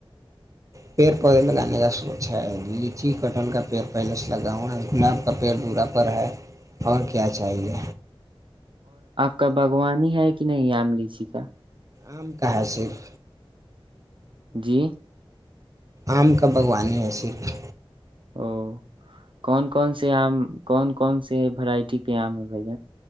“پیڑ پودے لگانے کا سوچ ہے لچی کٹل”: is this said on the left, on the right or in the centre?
Right